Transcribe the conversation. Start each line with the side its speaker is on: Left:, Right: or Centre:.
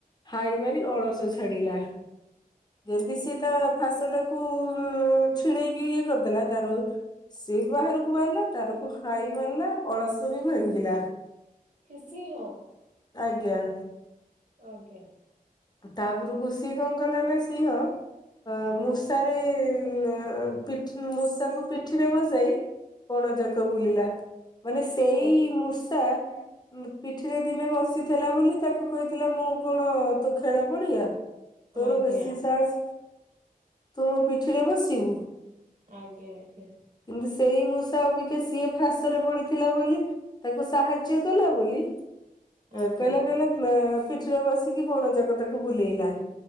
Left: ହାଇ ମାରି ଅଳସ ଛାଡିଲା। ଯେମତି ସିଏ ତା ଫାସ ଟାକୁ ଉଁ ଛିଡେଇକି ଇଏ କରିଦେଲା ତାରୁ ସିଏ ବାହାରକୁ ବାହାରିଲା ତାରକୁ ହାଇ ମାରିଲା ଅଳସ ବି ଭାଙ୍ଗିଲା।
Right: କି ସିଂହ।
Left: ଆଜ୍ଞା।
Right: ଆଜ୍ଞା।
Left: ତାପରକୁ ସିଏ କଣ କଲା ନା ସିଂହ। ଅ ମୂଷାରେ ଅ ପିଠ ମୂଷାକୁ ପିଠିରେ ବସେଇ ବଣ ଯାକ ବୁଲିଲା ମାନେ ସେଇ
Right: ଆଜ୍ଞା
Left: ମୂଷା ଉଁ ପିଠିରେ ଦିନେ ବସିଥିଲା ବୋଲି ତାକୁ କହିଥିଲା ମୁଁ କଣ ତୋ ଖେଳ ପଡିଆ। ତୋର
Right: ଆଜ୍ଞା
Left: ବେଶୀ ସାହସ ତୁ ମୋ ପିଠିରେ ବସିବୁ।
Right: ଆଜ୍ଞା ଆଜ୍ଞା।
Left: କିନ୍ତୁ ସେଇ ମୂଷା ଅଵିକା ସିଏ ଫାସରେ ପଡିଥିଲା ବୋଲି ତାକୁ ସାହାଯ୍ୟ କଲା ବୋଲି କ
Right: ଆଜ୍ଞା।
Left: କହିଲା କହିଲା କ ପିଠିରେ ବସିକି ବଣ ଯାକ ତାକୁ ବୁଲେଇଲା।